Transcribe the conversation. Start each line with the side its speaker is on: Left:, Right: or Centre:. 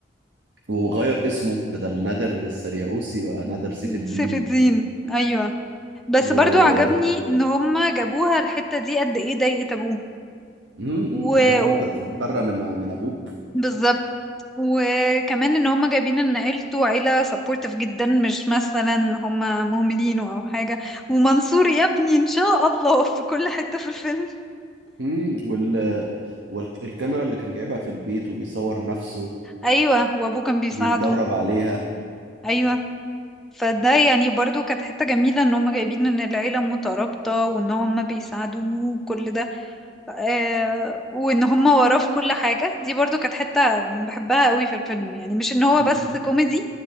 Right: وغير اسمه بدل نادر السرياوسي بقى نادر سيف الدين
Centre: سيف الدين ايوه بس
Right: و
Centre: برضو عجبني ان هم جابوها الحتة دي قد ايه ضايقت ابوه
Right: مم،
Centre: و...
Right: اللي هو
Centre: و...
Right: انت تتبرى من من ابوك
Centre: بالظبط وكمان ان هم جايبين ان عيلته عيلة سبورتيف جدا مش مثلا هم مهملينه او حاجة ومنصور يا ابني ان شاء الله في كل حتة في الفيلم
Right: مم، وال والكاميرا اللي كان جايبها في البيت وبيصور نفسه
Centre: ايوه وابوه كان بيساعده
Right: بيتدرب عليها
Centre: ايوه فده يعني برضو كانت حتة جميلة ان هم جايبين ان العيلة مترابطة وان هم بيساعدوه وكل ده آه، وان هم وراه في كل حاجة دي برضو كانت حتة بحبها قوي في الفيلم يعني مش ان هو
Right: مم،
Centre: بس كوميدي